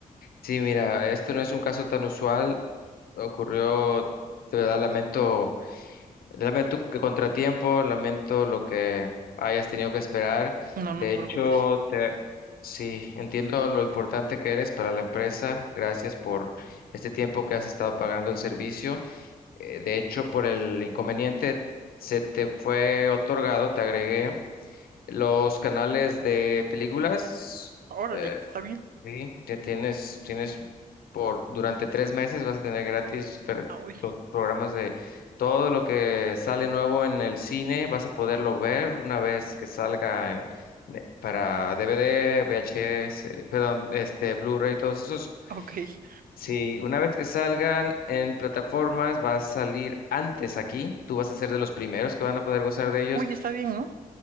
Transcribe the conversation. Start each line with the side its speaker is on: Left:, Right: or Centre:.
Left: Sí, mira, este no es un caso tan usual. Ocurrió, de verdad, lamento, lamento que contratiempo, lamento lo que hayas tenido que esperar.
Right: No, no
Left: De
Right: te
Left: hecho,
Right: preocupes.
Left: te, sí, entiendo lo importante que eres para la empresa. Gracias por este tiempo que has estado pagando el servicio. Eh, de hecho, por el inconveniente, se te fue otorgado, te agregué los canales de películas.
Right: Órale,
Left: eh,
Right: está bien.
Left: Sí, te tienes, tienes por durante tres meses vas a tener gratis per-
Right: Ah, hoy.
Left: los programas de todo lo que sale nuevo en el cine, vas a poderlo ver una vez que salga en, ne- para DVD, VHS, eh, perdón, este Blu-ray, todos esos.
Right: Ok.
Left: Sí, una vez que salgan en plataformas, va a salir antes aquí. Tú vas a ser de los primeros que van a poder gozar de ellos.
Right: Oye, está bien, ¿no?